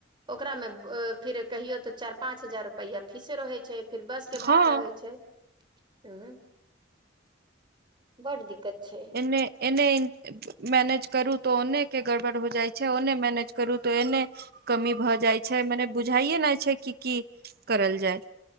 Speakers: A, on the right (about 25°); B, on the right (about 55°).
A: ओकरा मे फिर कहियो तऽ चार पाँच हजार रुपैया फीसे रहै छै फिर बस के
B: हँ
A: भाड़ा रहै छै हूँ बड्ड दिक्कत छै
B: नै एने मैनेज करू तो ओने के गड़बड़ हो जाइ छै ओने मैनेज करू त एने कमी भऽ जाइ छै मने बुझाइए नहि छै कि की करल जाय